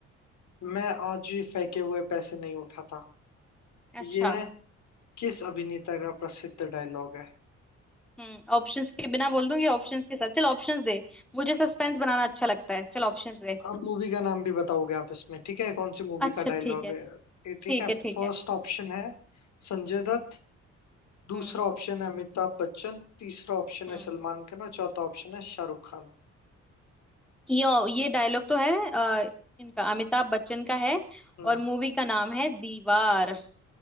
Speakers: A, on the left; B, in the centre.
A: मैं आज भी फेंके हुए पैसे नहीं उठाता
B: अच्छा
A: यह किस अभिनेता का प्रसिद्ध डायलॉग है
B: हम्म ऑप्शंस के बिना बोल दूंगी ऑप्शंस के साथ चल ऑप्शंस दे मुझे सस्पेंस बनाना अच्छा लगता है चल ऑप्शंस दे
A: और मूवी का नाम भी बताओगे आप इसमें ठीक है कौन सी मूवी
B: अच्छा
A: का डायलॉग
B: ठीक है
A: है ये
B: ठीक
A: ठीक है
B: है ठीक
A: फर्स्ट
B: है
A: ऑप्शन है संजय दत्त दूसरा
B: हम्म
A: ऑप्शन है अमिताभ बच्चन तीसरा ऑप्शन
B: हम्म
A: है सलमान खान और चौथा ऑप्शन है शाहरुख खान
B: ये ये डायलॉग तो है अ, इनका अमिताभ बच्चन का है
A: हम्म
B: और मूवी का नाम है दीवार